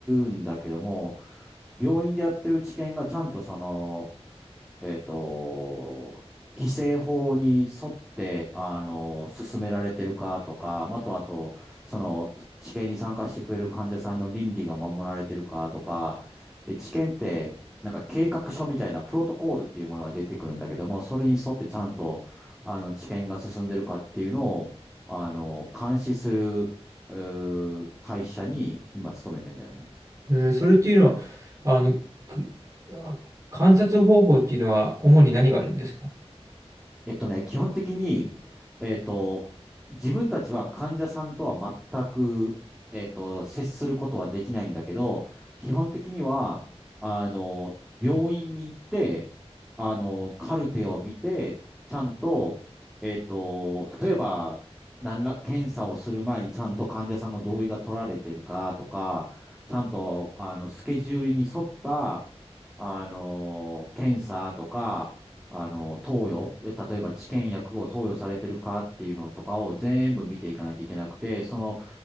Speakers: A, in the centre; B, on the right (about 30°).
A: んだけども、病院でやってる治験がちゃんとその、えっと、規制法に沿って、あの、進められてるかとか、まあと、あと、その、治験に参加してくれる患者さんの倫理が守られてるかとか、で、治験って、なんか計画書みたいなプロトコールっていうものが出てくるんだけども、それに沿ってちゃんと、あの、治験が進んでるかっていうのを、あの、監視する、うー会社に今勤めてんだよね。
B: えーそれっていうのは、あの、くあ観察方法っていうのは主に何があるんですか
A: えっとね、基本的に、えっと、自分たちは患者さんとは全く、えっと、接することはできないんだけど、基本的には、あの、病院に行って、あの、カルテを見て、ちゃんと、えっと、例えば、何ら、検査をする前にちゃんと患者さんの同意が取られてるかとか、ちゃんと、あの、スケジュールに沿った、あの、検査とか、あの、投与、で、例えば治験薬を投与されてるかっていうのとかを全部見ていかないといけなくて、その、